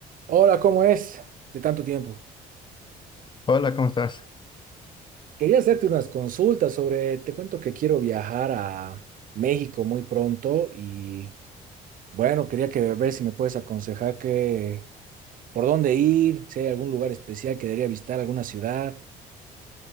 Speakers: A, on the right; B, on the left.
A: Hola, ¿cómo es? De tanto tiempo.
B: Hola, ¿cómo estás?
A: Quería hacerte unas consultas sobre, te cuento que quiero viajar a México muy pronto y bueno, quería que ver si me puedes aconsejar que por dónde ir, si hay algún lugar especial que debería visitar, alguna ciudad.